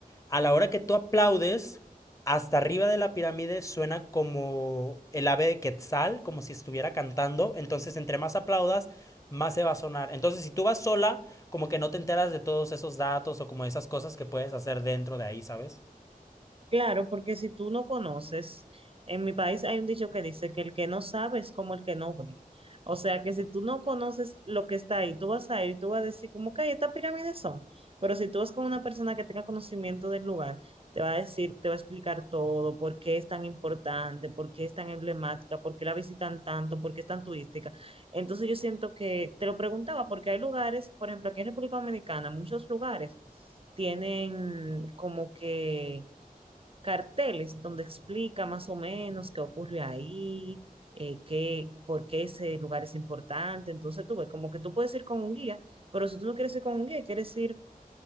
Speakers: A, on the left (about 20°); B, on the right (about 40°).
A: a la hora que tú aplaudes, hasta arriba de la pirámide suena como el ave de Quetzal, como si estuviera cantando. Entonces, entre más aplaudas, más se va a sonar. Entonces, si tú vas sola, como que no te enteras de todos esos datos o como de esas cosas que puedes hacer dentro de ahí, ¿sabes?
B: Claro, porque si tú no conoces, en mi país hay un dicho que dice que el que no sabe es como el que no ve. O sea que si tú no conoces lo que está ahí, tú vas a ir y tú vas a decir como que "Ay, estas pirámides son. Pero si tú vas con una persona que tenga conocimiento del lugar, te va a decir, te va a explicar todo, por qué es tan importante, por qué es tan emblemática, por qué la visitan tanto, por qué es tan turística. Entonces yo siento que te lo preguntaba porque hay lugares, por ejemplo, aquí en República Dominicana, muchos lugares tienen como que carteles donde explica más o menos qué ocurre ahí, eh, qué, por qué ese lugar es importante. Entonces tú ves, como que tú puedes ir con un guía, pero si tú no quieres ir con un guía y quieres ir